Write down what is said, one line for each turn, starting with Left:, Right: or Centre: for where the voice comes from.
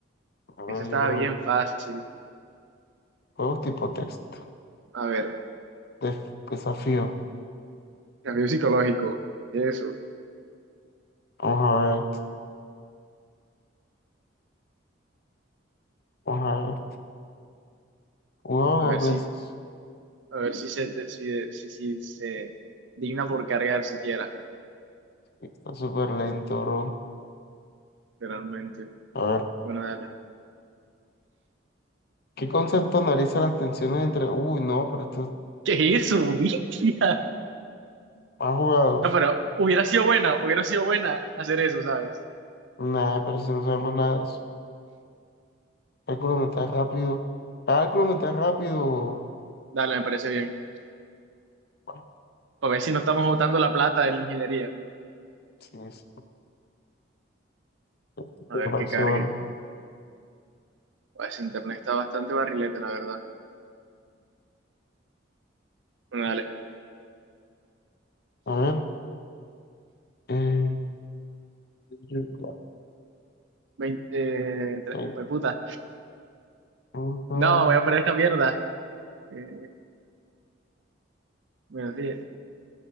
Left: a ver,
Right: Eso estaba
Left: yo pregunto.
Right: bien fácil.
Left: Juegos tipo texto.
Right: A ver,
Left: Def- desafío.
Right: cambio psicológico. Eso.
Left: Vamos a ver. Vamos a ver. wow
Right: A ver
Left: dos
Right: si.
Left: veces.
Right: A ver si se, te- si, si, si se digna por cargar siquiera,
Left: Está súper lento, bro.
Right: realmente.
Left: A ver.
Right: Bueno, dale.
Left: ¿Qué concepto analiza las tensiones entre... Uy, no, pero estos
Right: ¿Qué es eso, bestia?
Left: más jugados.
Right: No, pero hubiera sido buena, hubiera sido buena hacer eso, ¿sabes?
Left: Nada, pero si no sabemos nada de eso. Cálculo mental rápido. Cálculo mental rápido.
Right: Dale, me parece bien.
Left: Bueno,
Right: A ver si no estamos botando la plata de la ingeniería.
Left: sí, sí, sí,
Right: A
Left: me
Right: ver
Left: parece
Right: que cargue.
Left: bueno.
Right: Pues internet está bastante barrilete, la verdad. Bueno, dale.
Left: A ver. Eh, <laughs> ya,
Right: Veinte, eh, tre-
Left: 30.
Right: jue puta.
Left: Uno,
Right: No, voy a poner esta mierda. Eh, menos 10.